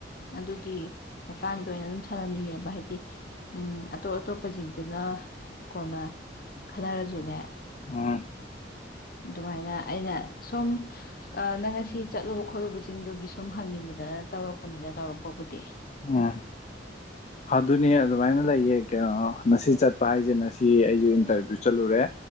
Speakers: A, on the left; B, on the left.
A: ꯑꯗꯨꯒꯤ ꯃꯇꯥꯡꯗ ꯑꯣꯏꯅ ꯑꯗꯨꯝ ꯁꯥꯟꯅꯅꯤꯡꯉꯦꯕ ꯍꯥꯏꯗꯤ ꯎꯝ ꯑꯇꯣꯞ ꯑꯇꯣꯞꯄꯁꯤꯡꯁꯤꯅ ꯀꯣꯟꯅ ꯈꯟꯅꯔꯁꯨꯅꯦ
B: ꯑꯝ
A: ꯑꯗꯨꯃꯥꯏꯅ ꯑꯩꯅ ꯁꯨꯝ ꯅꯪ ꯉꯁꯤ ꯆꯠꯂꯨꯕ ꯈꯣꯠꯂꯨꯕꯁꯤꯡꯗꯨꯒꯤ ꯁꯨꯝ ꯍꯪꯅꯤꯡꯕꯗꯅ ꯇꯧꯔꯛꯄꯅꯤꯅ ꯇꯧꯔꯛꯄꯕꯨꯗꯤ
B: ꯎꯝ ꯑꯗꯨꯅꯤ ꯑꯗꯨꯃꯥꯏꯅ ꯂꯩꯌꯦ ꯀꯩꯅꯣ ꯉꯁꯤ ꯆꯠꯄ ꯍꯥꯏꯁꯦ ꯅꯁꯤ ꯑꯩꯁꯨ ꯏꯟꯇꯔꯚꯤꯌꯨ ꯆꯠꯂꯨꯔꯦ